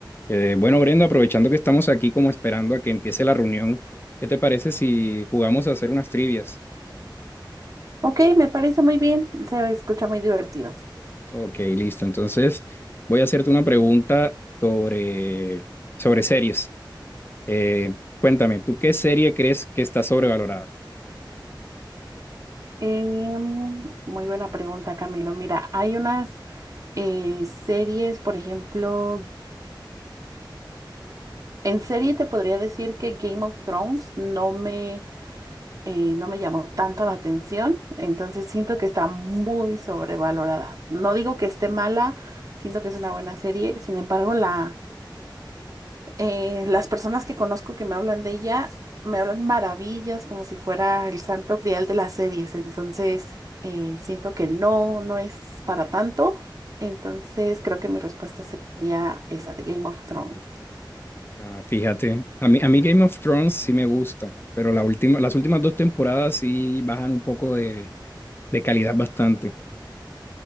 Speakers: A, on the left (about 25°); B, on the right (about 45°).
A: Eh, bueno, Brenda, aprovechando que estamos aquí como esperando a que empiece la reunión, ¿qué te parece si jugamos a hacer unas trivias?
B: Ok, me parece muy bien, se escucha muy divertido.
A: Ok, listo. Entonces, voy a hacerte una pregunta sobre, sobre series. Eh, cuéntame, ¿tú qué serie crees que está sobrevalorada?
B: Em, muy buena pregunta, Camilo. Mira, hay unas eh, series, por ejemplo, en serie te podría decir que Game of Thrones no me, eh, no me llamó tanto la atención, entonces siento que está muy sobrevalorada. No digo que esté mala, siento que es una buena serie, sin embargo, la, eh, las personas que conozco que me hablan de ella me hablan maravillas como si fuera el santo grial de las series. Entonces, eh, siento que no, no es para tanto. Entonces, creo que mi respuesta sería esa de Game of Thrones.
A: Ah, fíjate, a mí, a mí Game of Thrones sí me gusta, pero la última, las últimas dos temporadas sí bajan un poco de, de calidad bastante.